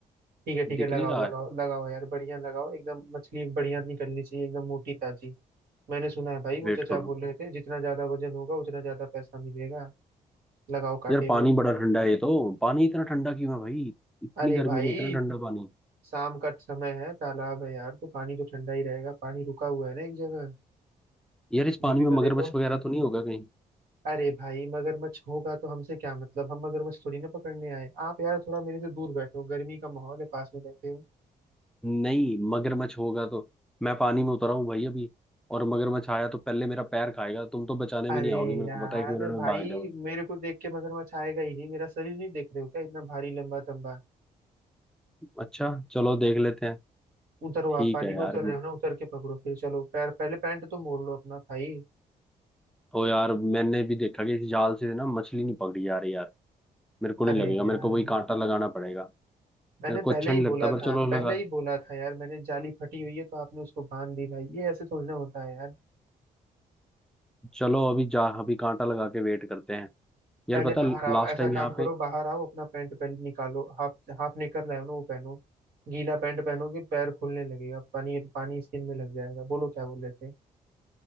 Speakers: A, on the right (about 70°); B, in the centre.
A: ठीक है ठीक
B: दिख
A: है लगाओ
B: नहीं रहा
A: लगाओ
B: है
A: लगाओ यार बढ़िया लगाओ एकदम मछली बढ़िया निकलनी चाहिए एकदम मोटी ताजी मैंने सुना है भाई वो
B: वेट
A: चचा
B: करो
A: बोल रहे थे जितना ज्यादा वजन होगा उतना ज्यादा पैसा मिलेगा लगाओ कांटे
B: यार पानी
A: में
B: बड़ा ठंडा है ये तो पानी इतना ठंडा क्यों है भाई इतनी
A: अरे
B: गर्मी
A: भाई
B: में इतना ठंडा पानी
A: शाम का समय है तालाब है यार तो पानी तो ठंडा ही रहेगा पानी रुका हुआ है ना एक जगह
B: यार इस पानी
A: ये भी
B: में
A: तो
B: मगरमच्छ
A: देखो
B: वगैरह तो नहीं होगा कहीं
A: अरे भाई मगरमच्छ होगा तो हमसे क्या मतलब हम मगरमच्छ थोड़ी ना पकड़ने आए आप यार थोड़ा मेरे से दूर बैठो गर्मी का माहौल है पास में बैठे हो
B: नहीं मगरमच्छ होगा तो मैं पानी में उतरा हूँ भाई अभी और मगरमच्छ आया तो पहले मेरा पैर खाएगा तुम तो बचाने
A: अरे
B: भी नहीं आओगे मेरे
A: यार
B: को पता है एक मिनट में
A: भाई
B: भाग जाओगे
A: मेरे को देख के मगरमच्छ आएगा ही नहीं मेरा शरीर नहीं देख रहे हो क्या इतना भारी लंबा तंबा
B: अच्छा चलो देख लेते हैं
A: उतरो
B: ठीक
A: आप पानी
B: है यार
A: में उतर रहे हो ना उतर के पकड़ो फिर चलो पैर पहले पैंट तो मोड़ लो अपना भाई
B: ओ यार मैंने भी देखा कि इस जाल से ना मछली नहीं पकड़ी जा रही यार मेरे को नहीं
A: अरे
B: लगेगा
A: यार
B: मेरे को वही कांटा लगाना पड़ेगा
A: मैंने
B: मेरे को अच्छा
A: पहले ही
B: नहीं
A: बोला
B: लगता पर
A: था
B: चलो
A: पहले
B: लगा
A: ही बोला था यार मैंने जाली फटी हुई है तो आपने उसको बांध दी भाई ये ऐसे थोड़ी ना होता है यार
B: चलो अभी जा अभी कांटा लगा के वेट करते हैं यार
A: पहले
B: पता
A: बाहर आओ
B: लास्ट
A: ऐसा
B: टाइम यहाँ
A: काम
B: पे
A: करो बाहर आओ अपना पैंट पहन निकालो हाफ हाफ निकल रहा है ना वो पहनो गीला पैंट पहनोगे पैर फूलने लगेगा पानी पानी स्किन में लग जाएगा बोलो क्या बोल रहे थे